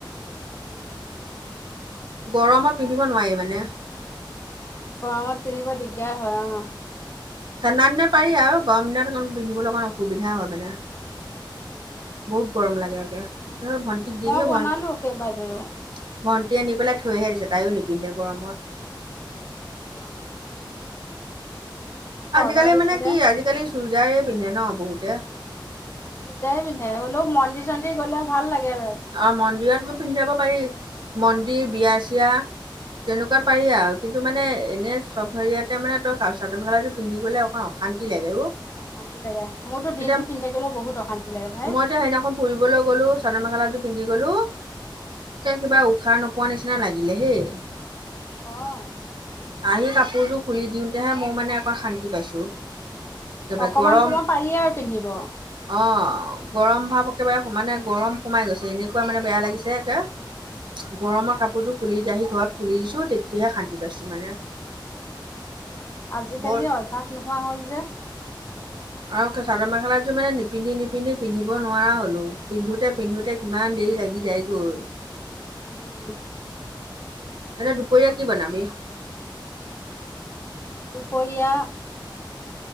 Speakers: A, on the left; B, on the right.
A: উম।
B: গৰমত পিন্ধিব নোৱাৰি মানে।
A: গৰমত পিন্ধিব দিগদাৰ হয় অ'।
B: ঠাণ্ডা দিনত পাৰি আও গৰম দিনত পিন্ধিবলৈ অকণ অসুবিধা হয় মানে।
A: উম।
B: বহুত গৰম লাগে একে, তাৰপিছত ভণ্টিক দি
A: মই
B: দিলোঁ,
A: বনালো
B: ভণ্টিক
A: কেইবাযোৰো
B: ভণ্টিয়ে নি পেলাই থৈহে দিছে, তাইও নিপিন্ধে গৰমত।
A: অ'। মোক
B: আজিকালি
A: অৰ্ডাৰ দিছিলে
B: মানে কি, আজিকালি চুইজাৰেই পিন্ধে ন' বহুতে।
A: চুইজাৰে পিন্ধে, হ'লেও মন্দিৰ-চন্দিৰ গ'লেও ভাল লাগে।
B: অ', মন্দিৰত গৈ পিন্ধি যাব পাৰি, মন্দিৰ, বিয়া-ছিয়া। তেনেকুৱাত পাৰি আৰু, কিন্তু মানে এনে চব হেইয়াতে মানে তই চাদৰ-মেখেলাযোৰ পিন্ধি গ'লে অকণ অশান্তি লাগে অ'।
A: অশান্তি লাগে, মোৰতো দিনটো
B: এতিয়া
A: পিন্ধ থাকিলেও বহুত অশান্তি লাগে ভাই
B: মই এতিয়া সেইদিনাখন ফুৰিবলৈ গ'লোঁ, চাদৰ-মেখেলাযোৰ পিন্ধি গ'লোঁ, একে কিবা উশাহ নোপোৱা নিচিনা লাগিলে হেই।
A: অ'।
B: আহি কাপোৰযোৰ খুলি দিওঁতেহে, মই মানে আকৌ শান্তি পাইছোঁ। একেবাৰে
A: অকমান
B: গৰম,
A: সময় পাৰিয়ে আৰু পিন্ধিব
B: অ'। গৰম ভাৱ একেবাৰে সমানে গৰম সোমাই গৈছে, এনেকুৱা মানে বেয়া লাগিছে একে। গৰমত কাপোৰযোৰ খুলি দি আহি ঘৰত খুলি দিছোঁ, তেতিয়াহে শান্তি পাইছোঁ মানে।
A: আজিকালি
B: বৰ
A: অভ্যাস নোহোৱা হ'ল যে।
B: আৰু একে চাদৰ-মেখেলাযোৰ মানে নিপিন্ধি, নিপিন্ধি, পিন্ধিব নোৱাৰা হ'লো। পিন্ধোতে,
A: নোৱাৰা
B: পিন্ধোতে
A: হৈ গ'ল
B: কিমান
A: অ
B: দেৰি লাগি যায় গৈ।
A: উম।
B: এতিয়া দুপৰীয়া কি বনাবি?
A: দুপৰীয়া